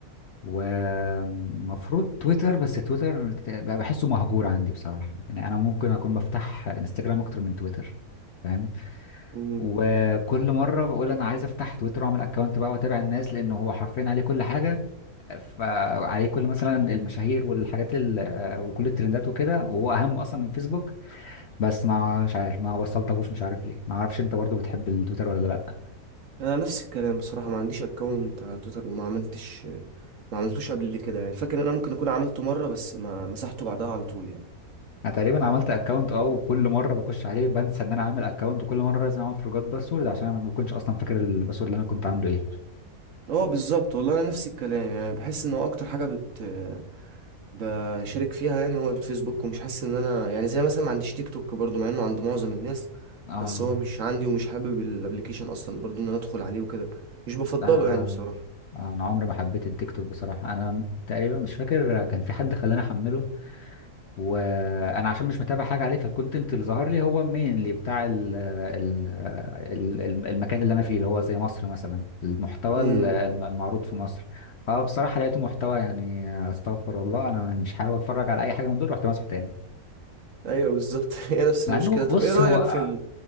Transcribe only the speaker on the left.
ومفروض تويتر بس تويتر بقى بحسه مهجور عندي بصراحة يعني أنا ممكن أكون بفتح انستجرام أكتر من تويتر فاهم
وكل مرة بقول أنا عايز أفتح تويتر وأعمل أكونت بقى وأتابع الناس لأن هو حرفيا عليه كل حاجة فعليه كل مثلا المشاهير والحاجات ال... وكل الترندات وكده وهو أهم أصلا من فيسبوك بس ما مش عارف ما وصلتهوش مش عارف ليه ما أعرفش أنت برضو بتحب التويتر ولا لأ
انا تقريبا عملت اكونت اه وكل مره بخش عليه بنسى ان انا عامل اكونت وكل مره لازم اعمل فورجوت باسورد عشان انا ما بكونش اصلا فاكر الباسورد اللي انا كنت عامله ايه
اه
آه،
انا عمري ما حبيت التيك توك بصراحه انا تقريبا مش فاكر كان في حد خلاني احمله وانا عشان مش متابع حاجه عليه فالكونتنت اللي ظهر لي هو مين بتاع ال ال ال- المكان اللي انا فيه اللي هو زي مصر مثلا المحتوى
ال- الم- المعروض في مصر فبصراحه لقيته محتوى يعني استغفر الله انا مش حابب اتفرج على اي حاجه من دول رحت مسحه تاني
مع
انه
بص
هو